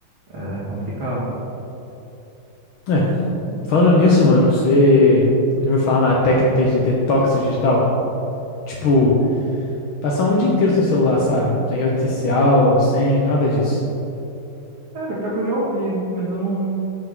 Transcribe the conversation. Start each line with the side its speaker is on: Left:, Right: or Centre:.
Right: é complicado, cara.
Left: É, falando nisso, mano, você. A gente vai falar na técnica de detox digital. Tipo, passar um dia inteiro sem celular, sabe? Sem rede social, sem nada disso.
Right: Cara, pior que eu já ouvi, mas eu não,